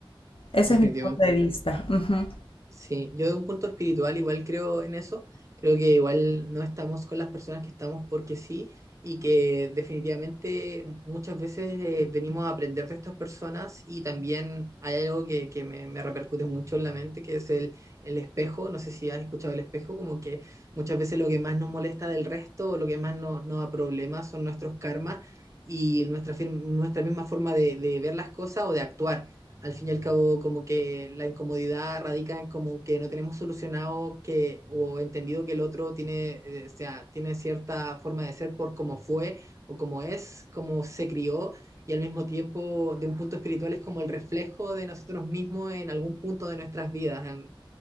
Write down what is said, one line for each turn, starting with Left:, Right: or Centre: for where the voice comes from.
Left: Ese
Right: definitivamente.
Left: es mi punto de vista. Ujú.
Right: Sí, yo de un punto espiritual igual creo en eso. Creo que igual no estamos con las personas que estamos porque sí y que definitivamente muchas veces eh, venimos a aprender de estas personas y también hay algo que, que me, me repercute mucho en la mente que es el, el espejo. No sé si has escuchado el espejo, como que muchas veces lo que más nos molesta del resto o lo que más no- nos da problemas son nuestros karmas y nuestra, fir- nuestra misma forma de de ver las cosas o de actuar al fin y al cabo como que la incomodidad radica en como que no tenemos solucionado que o entendido que el otro tiene, eh, o sea, tiene cierta forma de ser por cómo fue o cómo es, cómo se crió y al mismo tiempo de un punto espiritual es como el reflejo de nosotros mismos en algún punto de nuestras vidas, en